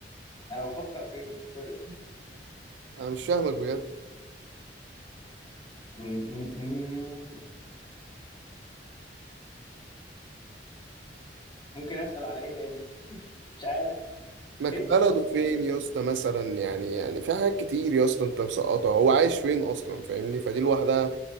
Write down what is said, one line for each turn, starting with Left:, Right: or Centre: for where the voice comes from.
Left: أنا بفكر فين سوري
Right: انا مش فاهمك بجد
Left: مم، مم، مم. ممكن أسأل على إيه تاني مش عارف
Right: ما ك-
Left: هنت
Right: بلده
Left: طب اديني
Right: فين
Left: هنت
Right: يا اسطى مثلا يعني يعني في حاجات كتير يا اسطى انت مسقطها هو عايش فين اصلا فاهمني فدي لوحدها